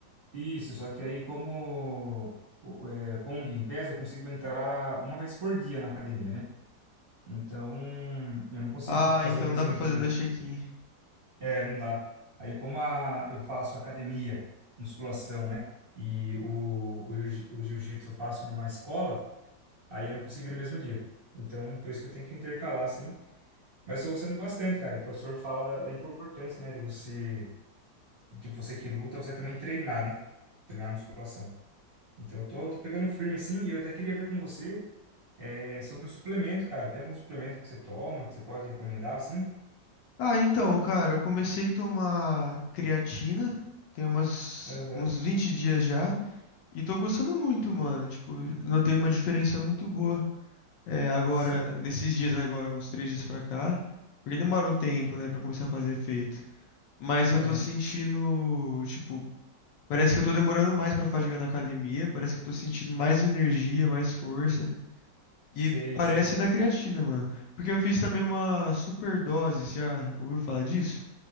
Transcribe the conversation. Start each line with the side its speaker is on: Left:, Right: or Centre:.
Right: Isso, só que aí como o- é, com o Gympass eu consigo entrar uma vez por dia na academia, né? Então eu não consigo
Left: Ah,
Right: tipo, fazer
Left: então
Right: no mesmo
Left: dá pra fazer
Right: dia.
Left: dois check-in.
Right: É, não dá. Aí como a, eu faço academia, musculação, né? E o, o, jiu- o jiu-jitsu eu faço numa escola, aí eu não consigo ir no mesmo dia. Então por isso que eu tenho que intercalar, assim. Mas eu tô gostando bastante, cara. E O professor fala da, da importância, né? De você, tipo, você que luta, você também treinar, né? Treinar musculação. Então, eu tô, tô pegando firme assim, e eu até queria ver com você é, sobre o suplemento, cara. Tem algum suplemento que você toma, que você pode recomendar, assim?
Left: Ah, então, cara, eu comecei a tomar creatina, tem umas,
Right: Aham,
Left: uns 20 dias já. E tô gostando muito, mano. Tipo, notei uma diferença muito boa. É, agora,
Right: sei.
Left: nesses dias agora, uns três dias pra cá. Porque demora um tempo, né, pra começar a fazer efeito. Mas
Right: Aham,
Left: eu tô sentindo, tipo, parece que eu tô demorando mais pra fadigar na academia. Parece que eu tô sentindo mais energia, mais força.
Right: sei,
Left: E parece
Right: sei.
Left: da creatina, mano. Porque eu fiz também uma superdose, você já ouviu falar disso?